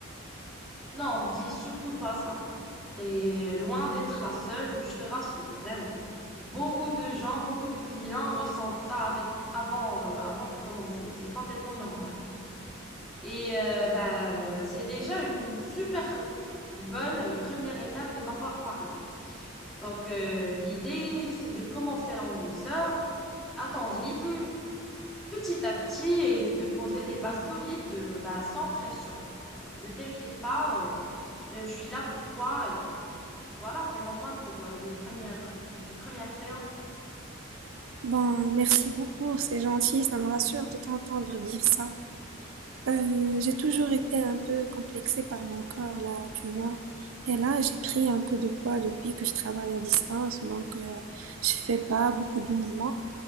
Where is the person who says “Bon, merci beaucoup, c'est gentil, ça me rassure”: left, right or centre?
Right